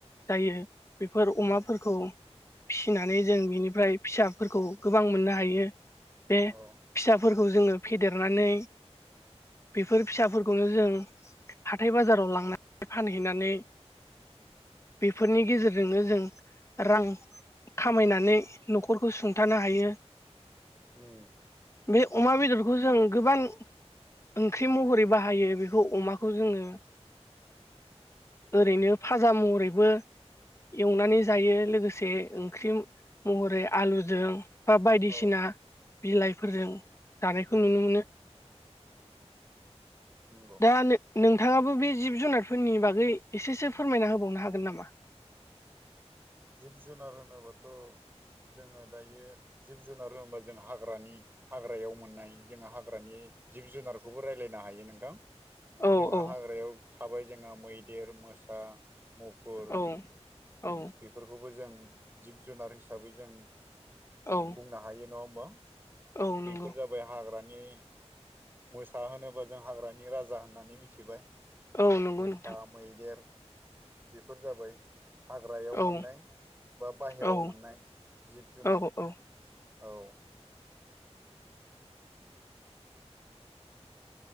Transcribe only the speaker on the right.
उम
औ
उम
नंगौ
औ
औ
उम
नंगौ
जिब जुनार होनोबाथ' जोङो दायो जिब जुनार होनोबा जों हाग्रानि हाग्रायाव मोननाय जोङो हाग्रानि जिब जुनारखौबो रायलायनो हायो नोंथां
जोंना
हाग्रायाव थाबाय जोङा मैदेर, मोसा, मुफुर
बेफोरखौबो जों जिब-जुनार हिसाबै जों
बुंनो हायो नङा होनबा
बेफोर जाबाय हाग्रा हाग्रानि मोसा होनोबा जों हाग्रानि राजा होननानै मिथिबाय
मोसा
मैदेर बेफोर जाबाय हाग्रायाव
मोननाय बा बाहेराव
मोननाय जिब-जुनार
औ